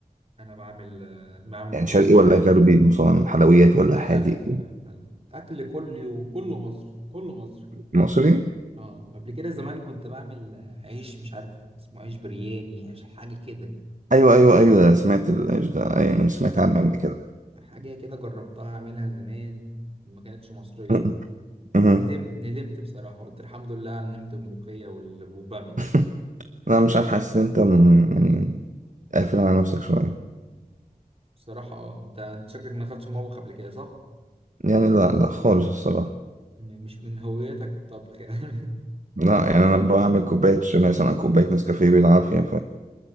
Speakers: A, on the right; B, on the right.
A: انا بعمل آه، بعمل
B: يعني
A: مكرونه
B: شرقي
A: بشاميل
B: ولا غربي مثلا حلويات ولا
A: لا
B: حادق
A: لا لا لا لا لا. اكل كل يوم كله مصري كله مصري
B: مصري
A: اه قبل كده زمان كنت بعمل آه، عيش مش عارف اسمه عيش برياني عيش حاجه كده
B: ايوه ايوه ايوه سمعت الايش ده ايوه سمعت عنه قبل كده
A: حاجه كده جربتها اعملها زمان ما كانتش مصريه
B: م- مهم.
A: ندمت ندمت بصراحة قلت الحمد لله على النمت والملوخية وال- والبامية
B: <laughs> لا مش عارف حاسس ان انت م- يعني قافل على نفسك شويه
A: بصراحة اه انت انت شكلك ما دخلتش المطبخ قبل كده صح؟
B: يعني لا لا خالص الصراحه
A: م- مش من هويتك الطبخ يعني
B: لا يعني انا بعمل كوبايه شاي مثلا كوبايه نسكافيه بالعافيه